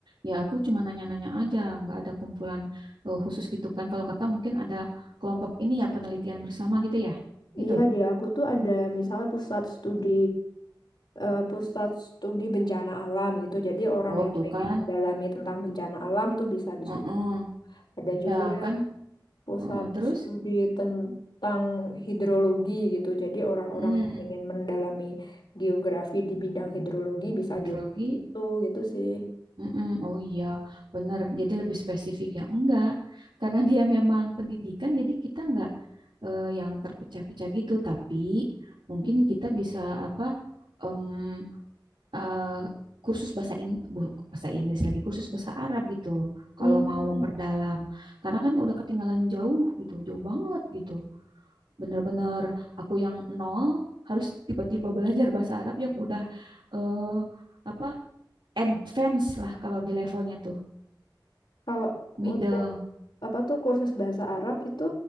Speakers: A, on the right (about 80°); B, on the left (about 70°).
A: Ya aku cuma nanya-nanya aja, enggak ada kumpulan eh, khusus gitu kan. Kalau kakak mungkin ada kelompok ini ya penelitian bersama gitu ya, gitu.
B: Iya di aku tuh ada misalnya pusat studi eh, pusat studi bencana alam gitu. Jadi orang
A: Oh
B: yang
A: tuh
B: pengen
A: kan,
B: mendalami tentang bencana alam tuh bisa di
A: Heeh.
B: situ. Ada
A: Iya
B: juga
A: kan,
B: pusat
A: Heeh. Terus,
B: studi tentang hidrologi gitu. Jadi orang-orang
A: hmm,
B: yang pengen mendalami geografi di bidang hidrologi bisa
A: hidrologi,
B: juga di situ gitu sih.
A: mm Oh iya, bener. Jadi lebih spesifik ya, enggak. Karena dia memang pendidikan, jadi kita enggak eh, yang terpecah-pecah gitu. Tapi mungkin
B: Mm.
A: kita bisa apa? mmm, eh, kursus bahasa Ing bu- bahasa Inggris lagi kursus bahasa Arab gitu
B: Hmm,
A: kalau mau memperdalam karena kan udah ketinggalan jauh gitu jauh banget gitu bener-bener aku yang nol harus tiba-tiba belajar bahasa Arab yang udah eh, apa advance lah kalau di levelnya tuh
B: kalau
A: middle
B: untuk apa tuh kursus bahasa Arab itu